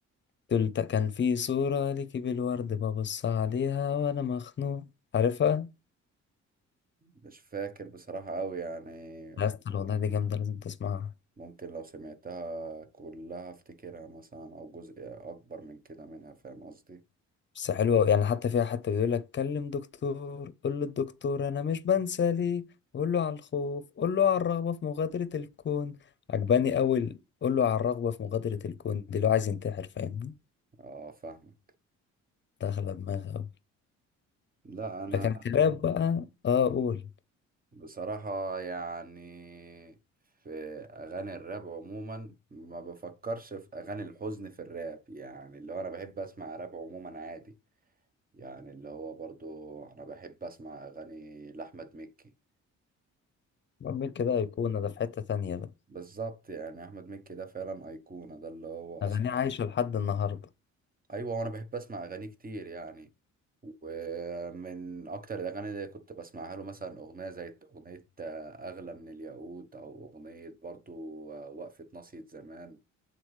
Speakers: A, on the left; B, on the right.
A: قلت كان في صورة ليكي بالورد ببص عليها وانا مخنوق عارفها
B: مش فاكر بصراحة قوي يعني ممكن
A: يا اسطى الاغنية دي جامدة لازم تسمعها
B: ممكن لو سمعتها كلها افتكرها مثلا او جزء اكبر من كده منها فاهم قصدي
A: بس حلوة أوي. يعني حتى فيها حتى بيقول لك كلم دكتور قول للدكتور انا مش بنسى ليه قول له على الخوف قول له على الرغبة في مغادرة الكون عجباني اول قول له على الرغبة في مغادرة الكون دي لو عايز ينتحر فاهمني
B: اه فاهمك
A: داخلة دماغي أوي
B: لا انا
A: لكن الكلاب بقى اه قول
B: بصراحة يعني في اغاني الراب عموما ما بفكرش في اغاني الحزن في الراب يعني اللي هو انا بحب اسمع راب عموما عادي يعني اللي هو برضو انا بحب اسمع اغاني لاحمد مكي
A: بعمل كده أيقونة ده في حتة تانية ده
B: بالظبط يعني احمد مكي ده فعلا ايقونة ده اللي هو
A: أغانيه
B: اصلا
A: عايشة لحد النهاردة
B: ايوه وانا بحب اسمع اغاني كتير يعني ومن اكتر الاغاني اللي كنت بسمعها له مثلا اغنية زي اغنية آه، اغلى من الياقوت او اغنية برضو آه، وقفة ناصية زمان